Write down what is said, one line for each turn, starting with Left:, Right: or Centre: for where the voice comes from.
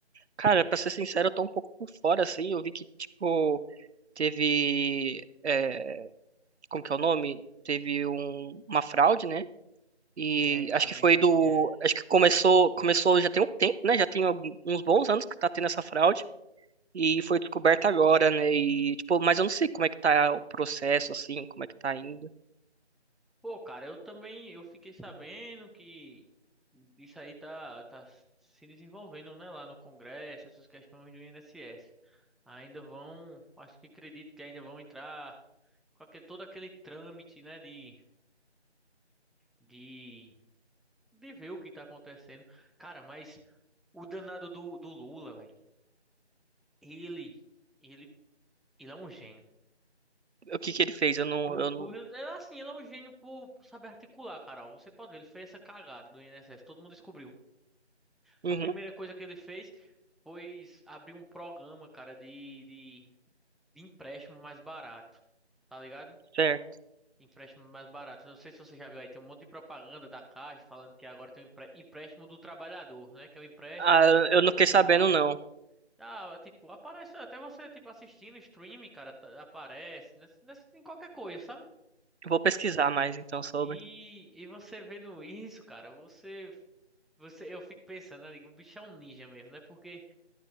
Right: cara, pra ser sincero, eu tô um pouco por fora, assim. Eu vi que, tipo, teve. é, como que é o nome? Teve um- uma fraude, né? E
Centre: É, cara,
Right: acho que
Centre: no
Right: foi
Centre: INSS.
Right: do. Acho que começou, começou já tem um tempo, né? Já tem algum- uns bons anos que tá tendo essa fraude. E foi descoberta agora, né? E, tipo, mas eu não sei como é que tá o processo, assim, como é que tá indo.
Centre: Pô, cara, eu também eu fiquei sabendo que isso aí tá, tá se desenvolvendo, né, lá no Congresso, essas questões do INSS. Ainda vão, acho que acredito que ainda vão entrar com aquele, todo aquele trâmite, né, de, de, de ver o que tá acontecendo. Cara, mas o danado do, do Lula, velho, ele, ele, ele é um gênio.
Right: O que que ele fez? Eu não.
Centre: Por,
Right: Eu
Centre: por,
Right: não...
Centre: ele, é assim, ele é um gênio por, por saber articular, Carol. Você pode ver, ele fez essa cagada do INSS, todo mundo descobriu.
Right: Uhum,
Centre: A primeira coisa que ele fez foi abrir um programa, cara, de, de, de empréstimo mais barato, tá ligado?
Right: certo.
Centre: Empréstimo mais barato. Não sei se você já viu aí, tem um monte de propaganda da Caixa falando que agora tem um empre- empréstimo do trabalhador, né? Que é um empréstimo
Right: Ah,
Centre: com as taxas
Right: eu não fiquei
Centre: menores.
Right: sabendo, não.
Centre: Ah, tipo, aparece até você, tipo, assistindo streaming, cara, tá- aparece nessa- nessa- em qualquer coisa, sabe?
Right: Eu Vou pesquisar mais então sobre.
Centre: E, e você vendo isso, cara, você, você, eu fico pensando, eu digo, o bicho é um ninja mesmo, né? Porque